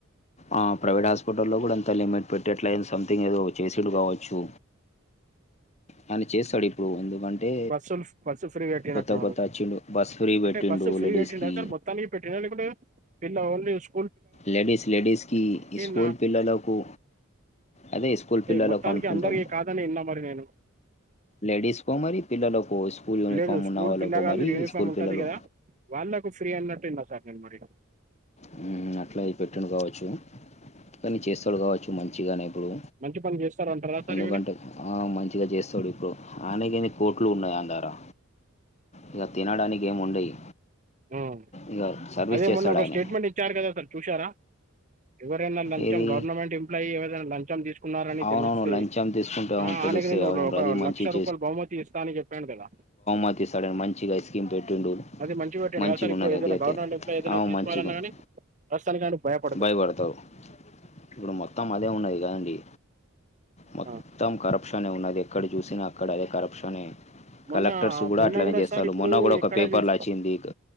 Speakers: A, on the left; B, on the right.
A: ఆ ప్రైవేట్ హాస్పిటల్లో కూడా అంత లిమిట్ పెట్టట్లేదు సంథింగ్ ఏదో చేసేడు కావచ్చు ఆయన చేస్తాడు ఇప్పుడు ఎందుకంటే
B: బస్సులు బస్సు ఫ్రీగట్టినట్టున్నడు
A: కొత్త కొత్త వచ్చిండు బస్ ఫ్రీ
B: అంటే
A: పెట్టిండు
B: బస్సు ఫ్రీగా
A: లేడీస్కి
B: పెట్టిండ సార్ మొత్తానికి పెట్టిండ లేకుంటే పిల్ల ఓన్లీ స్
A: లేడీస్ లేడీస్ కి ఈ స్కూల్
B: నా
A: పిల్లలకు అదే స్కూల్ పిల్లలుకు
B: మొత్తానికి
A: అనుకుంటాము
B: అందరికీ కాదని విన్నా మరి నేను
A: లేడీస్కో మరి పిల్లలకో స్కూల్ యూనిఫార్మ్
B: లేదు స్కూల్
A: ఉన్న వాళ్ళకో
B: పిల్లగాళ్ళు
A: మరి
B: యూనిఫామ్
A: స్కూల్
B: ఉంటది
A: పిల్లలు
B: కదా వాళ్ళకు ఫ్రీ అన్నట్టు విన్నా సార్ నేను మరి
A: హ్మ్ అట్లావి పెట్టిండు కావచ్చు కానీ చేస్తాడు కావచ్చు మంచిగానే ఇప్పుడు
B: మంచి పని చేస్తారంటారా సార్
A: ఎందుకంటే
B: ఈవిని
A: మంచిగా చేస్తాడు ఇప్పుడు ఆయనకేంది కోట్లు ఉన్నాయి ఆయన దగ్గరా ఇక తినడానికి ఏమి ఉండయి
B: హ్మ్
A: ఇక సర్వీస్
B: అదే
A: చేస్తాడు
B: మొన్న ఒక
A: ఆయన
B: స్టేట్మెంట్ ఇచ్చారు కదా అసలు చూసారా ఎవరైనా లంచం
A: ఏది
B: గవర్నమెంట్ ఎంప్లాయీ ఎవరైనా లంచం తీసు కున్నారని
A: అవునవును
B: తెలిస్తే
A: లంచం తీసుకుంటే అవును
B: ఆ
A: తెలుస్తే
B: ఆయనకి నేను
A: అవును
B: ఒక
A: అది మంచిగా
B: లక్ష రూపాయలు బహుమతి ఇస్తా అని చెప్పాను కదా
A: అది సడన్ మంచిగా ఇస్కీమ్ పెట్టిండు
B: అది మంచిగ పెట్టండి
A: మంచిగా
B: కా సార్ ఇప్పుడు
A: ఉన్నది
B: ఏదైనా
A: అది అయితే
B: గవర్నమెంట్ ఎంప్లాయి ఏదైనా
A: అవును
B: తీసుకోవాలన్నా
A: మంచిగా ఉంది,
B: కానీ ప్రస్తుతానికి ఆయనికి భయపడుతడు
A: భయపడతావు ఇప్పుడు మొత్తం అదే ఉన్నది గాండి మొత్తం
B: ఆ.
A: కరప్షన్ ఉన్నది ఎక్కడ చూసినా అక్కడ అదే కరప్షనే
B: మొన్న
A: కలెక్టర్స్ కూడా
B: మొన్న
A: అట్లనే చేస్తారు
B: సార్ ఇప్పుడు
A: మొన్న కూడా ఒక
B: ఎక్కడ
A: పేపర్లచ్చింది
B: చూసి